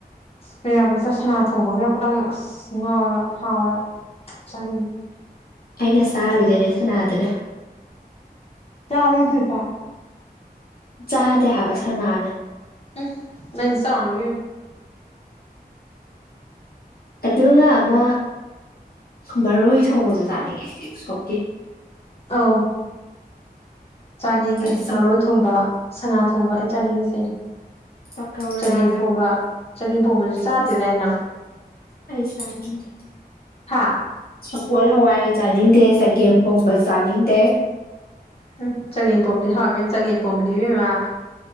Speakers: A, on the left; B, on the left.
A: ꯃꯦꯔꯥꯃꯦꯁꯇ ꯁꯅꯥ ꯊꯣꯡꯕꯒ ꯌꯥꯎꯔꯛꯄꯗꯪ ꯑꯁ ꯉꯥꯎꯋꯦꯕ ꯍꯥꯎꯋꯦꯕ ꯆꯥꯅꯤꯡꯉꯤ
B: ꯑꯩꯅ ꯆꯥꯔꯣꯏꯗꯣꯏꯅꯦ ꯁꯅꯥꯗꯨꯅꯦ
A: ꯆꯥꯔꯨꯏꯗꯨꯏꯕ
B: ꯆꯥꯗꯦ ꯍꯥꯏꯕ ꯁꯅꯥꯅ
A: ꯎꯝ ꯅꯪ ꯆꯥꯎꯔꯨꯅꯨ ꯢꯕꯦꯝꯃ
B: ꯑꯗꯨꯒ ꯑꯃ ꯃꯔꯣꯏ ꯊꯣꯡꯕꯁꯨ ꯆꯥꯅꯤꯡꯉꯦ ꯑꯩꯗꯤ ꯎꯁꯣꯞꯀꯤ
A: ꯑꯧ ꯆꯥꯅꯤꯡꯉꯦ
B: ꯐꯖ
A: ꯃꯔꯣꯏ ꯊꯣꯡꯕ ꯁꯅꯥ ꯊꯣꯡꯕ ꯑꯩꯅ ꯆꯥꯅꯤꯡꯉꯤꯁꯦ
B: ꯄꯀꯧꯔꯥ
A: ꯆꯒꯦꯝ ꯄꯣꯝꯕ ꯆꯒꯦꯝ ꯄꯣꯝꯕꯁꯨ ꯆꯥꯗꯦꯗꯥꯏꯅꯦ
B: ꯑꯁ
A: ꯅꯪ
B: ꯑꯩ ꯆꯥꯅꯤꯡꯗꯦ
A: ꯍꯥ
B: ꯁꯒꯣꯜ ꯍꯋꯥꯏ ꯆꯥꯅꯤꯡꯗꯦ ꯆꯒꯦꯝ ꯄꯣꯝꯕ ꯆꯥꯅꯤꯡꯗꯦ
A: ꯎꯝ ꯆꯒꯦꯝ ꯄꯣꯝꯕꯗꯤ ꯍꯥꯎꯋꯤꯕꯦꯝ ꯆꯒꯦꯝ ꯄꯣꯝꯕꯗꯤ ꯏꯕꯦꯝꯃ